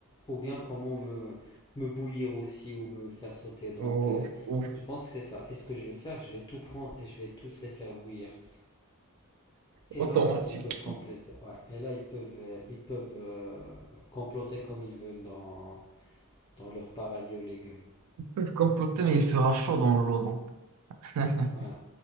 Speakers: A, on the left; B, on the right.
A: Ou bien comment me, me bouillir aussi ou me faire sauter. Donc,
B: Oh,
A: euh,
B: oh,
A: je pense que c'est ça. Et ce que je vais faire, je vais tout prendre et je vais tous les faire bouillir. Et
B: automatique.
A: là, euh, ils peuvent compléter. Ouais. Et là, ils peuvent, euh, ils peuvent euh, comploter comme ils veulent dans, dans leur paradis aux légumes.
B: Ils peuvent comploter, mais il fera chaud dans l'eau, donc. <laughs>
A: Ouais.